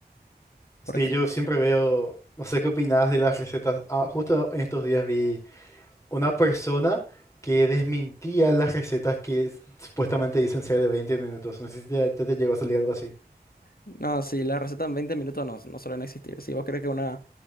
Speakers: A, on the left; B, on the left.
A: por
B: Sí,
A: ejemplo.
B: yo siempre veo, no sé qué opinas de las recetas. Ah, justo en estos días vi una persona que desmentía las recetas que s- supuestamente dicen ser de 20 minutos. No sé si ya- ya te llegó a salir algo así.
A: No, sí, las recetas en 20 minutos no, no suelen existir. Si vos querés que una